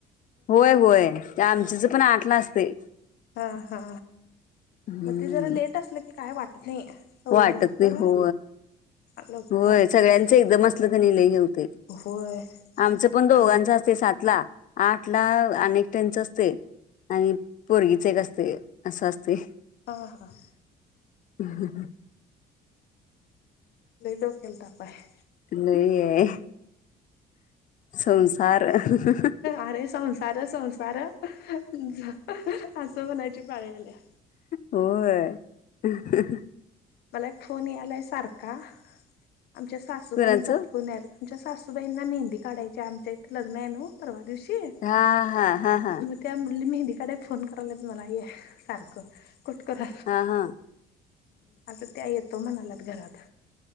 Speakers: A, on the left; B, on the left.
A: होय होय आमच्याच पण आठलं असते.
B: हा हा
A: हम्म
B: मग ते जरा लेट असलं की काय वाटत. नाही
A: वाटत
B: लवकर
A: नाय ते हो.
B: लवकर
A: होय
B: असलं
A: सगळ्यांचं
B: की लई
A: एकदम असलं तर निघल घे होते.
B: होय
A: आमचं पण दोघांच
B: आणि
A: असते सातला आठला आणि त्यांच असते आणि पोरगीच एक असते असं असते.
B: हा हा.
A: हम् हम् हम्.
B: लय डोक्याला ताप आहे.
A: नाही आहे. स <unintelligible> <unintelligible>
B: अरे संसार संसार <unintelligible> असं म्हणायची पाळी आली आहे
A: होय. <inaudible>
B: मला एक फोन यालाय सारखा आमच्या सासूबाईंचा
A: कुणाचं
B: फोन आमच्या सासूबाईंना मेहंदी काढायची आमच्या इथ लग्न आहे ना परवा दिवशी. अ
A: हा हा हा हा
B: शी मग त्या मेहंदी काढल्या फोन कराल्या मला ये सारखं कट करा
A: हा हा.
B: आता त्या येतो म्हणाल्यात घरात.